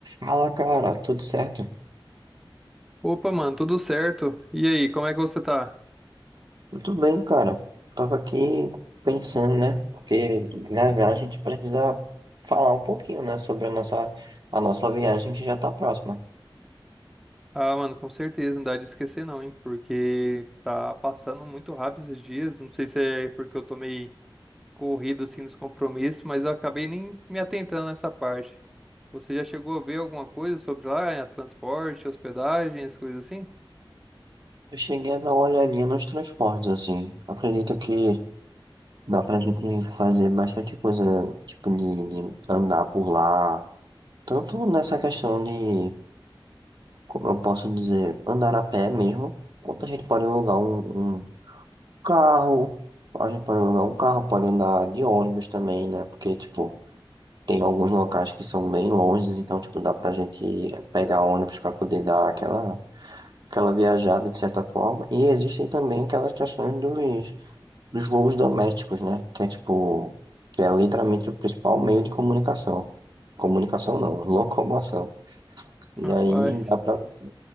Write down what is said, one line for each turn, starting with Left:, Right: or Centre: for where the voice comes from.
Right: Fala, cara, tudo certo?
Centre: Opa, mano, tudo certo? E aí, como é que você tá?
Right: Tudo bem, cara. Tava aqui pensando, né? Porque na viagem a gente precisa falar um pouquinho, né? Sobre a nossa, a nossa viagem que já tá próxima.
Centre: Ah, mano, com certeza, não dá de esquecer não, hein? Porque tá passando muito rápido esses dias. Não sei se é porque eu tô meio corrido assim nos compromissos, mas eu acabei nem me atentando nessa parte. Você já chegou a ver alguma coisa sobre lá, eh, transporte, hospedagem, as coisas assim?
Right: Eu cheguei a dar uma olhadinha nos transportes, assim. Acredito que dá pra gente fazer bastante coisa, tipo, de, de andar por lá. Tanto nessa questão de, como eu posso dizer, andar a pé mesmo, quanto a gente pode alugar um, um Carro, a gente pode alugar um carro, pode andar de ônibus também, né? Porque, tipo, tem alguns locais que são bem longe, então, tipo, dá pra gente pegar ônibus pra poder dar aquela, aquela viajada de certa forma. E existem também aquelas questões dos, dos voos domésticos, né? Que é, tipo, que é literalmente o principal meio de comunicação. Comunicação não, locomoção. E
Centre: Rapaz,
Right: aí dá pra, você-